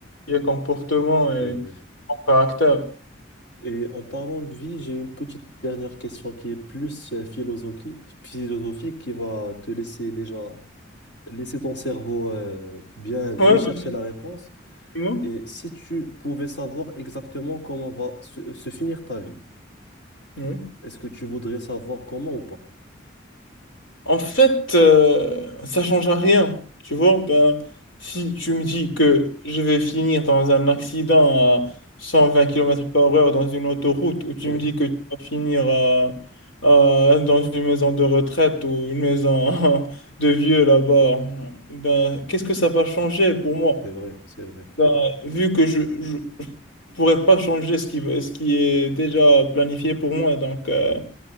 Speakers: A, on the left; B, on the left.
A: qui est comportement et
B: c'est vrai.
A: ton caractère.
B: Et en parlant de vie, j'ai une petite dernière question qui est plus euh, philosophique, philosophique qui va te laisser déjà, laisser ton cerveau euh, bien, bien
A: Ouais,
B: chercher
A: bah,
B: la réponse.
A: dis-moi.
B: Et si tu pouvais savoir exactement comment va se se finir ta vie,
A: Ouais.
B: est-ce que tu voudrais savoir comment ou pas?
A: En fait, euh, ça change à rien. Tu vois, ben, si tu me dis que je vais finir dans un accident à 120 kilomètres par heure dans une autoroute, ou tu
B: Oui,
A: me dis que tu vas finir à- à- dans une maison de retraite ou une maison <laughs> de vieux là-bas, ben, qu'est-ce que ça va changer pour moi?
B: c'est vrai, c'est vrai.
A: Ben, vu que je ne pourrais pas changer ce qui, ce qui est déjà planifié pour moi, donc, euh,